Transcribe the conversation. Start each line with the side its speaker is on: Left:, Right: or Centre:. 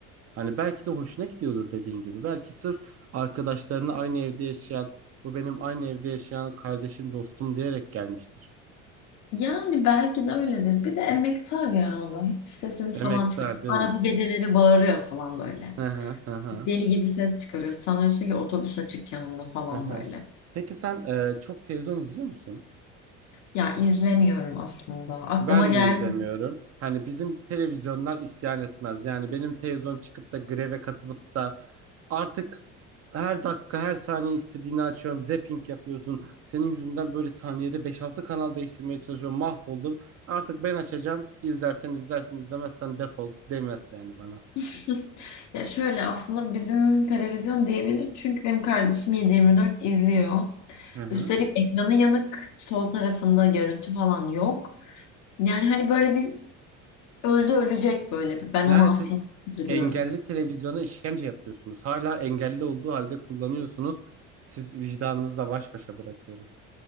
Right: Hani belki de hoşuna gidiyordur dediğin gibi. Belki sırf arkadaşlarını aynı evde yaşayan, bu benim aynı evde yaşayan kardeşim, dostum diyerek gelmiştir.
Left: Yani belki de öyledir. Bir de emektar ya o da. Hiç sesini falan
Right: Emektar
Left: çıkarmıyor.
Right: değil
Left: Arada
Right: mi?
Left: geceleri bağırıyor falan böyle.
Right: Hı hı hı hı.
Left: Deli gibi ses çıkarıyor. Sanıyorsun ki otobüs açık yanında falan
Right: hı hı.
Left: böyle.
Right: Peki sen e, çok televizyon izliyor musun?
Left: Ya izlemiyorum aslında. Aklıma
Right: Ben
Left: geldi.
Right: de izlemiyorum. Hani bizim televizyonlar isyan etmez. Yani benim televizyon çıkıp da greve katılıp da artık her dakika her saniye istediğini açıyorum. Zapping yapıyorsun. Senin yüzünden böyle saniyede beş altı kanal değiştirmeye çalışıyorum. Mahvoldum. Artık ben açacağım. İzlersen izlersin, izlemezsen defol demez yani bana.
Left: <laughs> Ya şöyle aslında bizim televizyon diyebilir. Çünkü benim kardeşim 7/24 izliyor.
Right: Hı hı.
Left: Üstelik ekranı yanık. Sol tarafında görüntü falan yok. Yani hani böyle bir öldü ölecek böyle bir. Ben
Right: Yani
Left: onu aslında
Right: siz
Left: üzülüyorum.
Right: engelli televizyona işkence yapıyorsunuz. Hala engelli olduğu halde kullanıyorsunuz. Siz vicdanınızla baş başa bırakıyorum.